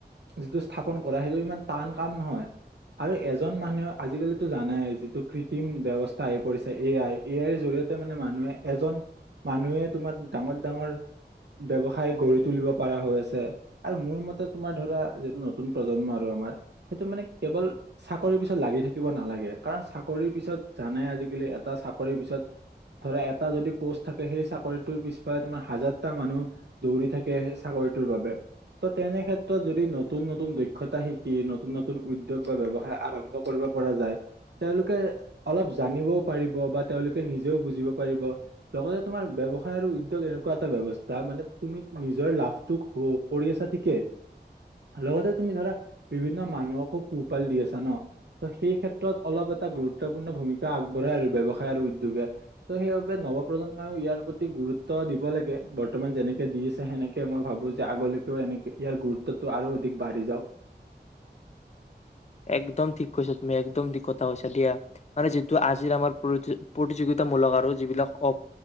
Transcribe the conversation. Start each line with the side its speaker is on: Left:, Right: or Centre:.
Right: যিটো স্থাপন কৰা সেইটো ইমান টান কাম নহয় আৰু এজন মানুহে আজিকালিতো জানাই যিটো কৃত্ৰিম ব্যবস্থা আহি পৰিছে এ আই এ আইৰ জৰিয়তে মানে মানুহে এজন মানুহে তোমাৰ ডাঙৰ ডাঙৰ ব্যৱসায় গঢ়ি তুলিব পৰা হৈ আছে আৰু মোৰ মতে তোমাৰ ধৰা যিটো নতুন প্ৰজন্ম আৰু আমাৰ সেইটো মানে কেৱল চাকৰিৰ পিছত লাগি থাকিব নালাগে কাৰণ চাকৰি পিছত জানাই আজিকালি এটা চাকৰিৰ পিছত ধৰা এটা যদি পোষ্ট থাকে সেই চাকৰিটোৰ পিছফালে তোমাৰ হাজাৰটা মানুহ দৌৰি থাকে সেই চাকৰিটোৰ বাবে ত তেনে ক্ষেত্ৰত যদি নতুন নতুন দক্ষতা শিকি নতুন নতুন উদ্যোগ বা ব্যয়ৱসায় আৰম্ভ কৰিব পৰা যায় তেওঁলোকে অলপ জানিবও পাৰিব বা তেওঁলোকে নিজেও বুজিব পাৰিব লগতে তোমাৰ ব্যৱসায় আৰু উদ্যোগ এনেকোৱা এটা ব্যৱস্থা মানে তুমি নিজৰ লাভটো কৰি আছা ঠিকে লগতে তুমি ধৰা বিভিন্ন মানুহকো পোহপাল দি আছা ন ত সেই ক্ষেত্ৰত অলপ এটা গুৰু ত্বপূৰ্ণ ভূমিকা আগবঢ়ায় আৰু ব্যৱ হয় আৰু উদ্যোগে ত' সেইবাবে নৱ প্ৰজন্মও ইয়াৰ প্ৰতি গুৰুত্ব দিব লাগে বৰ্তমান যেনেকে দি আছে সেনেকে মই ভাবো যে আগলৈকেও এনেকে ইয়াৰ গুৰুত্বটো আৰু অধিক বাঢ়ি যাওক
Left: একদম ঠিক কছা তুমি একদম ঠিক কথা কৈছা দিয়া মানে যিটো আজিৰ আমাৰ প্ৰতি প্ৰতিযোগিতামূলক আৰু যিবিলাক অ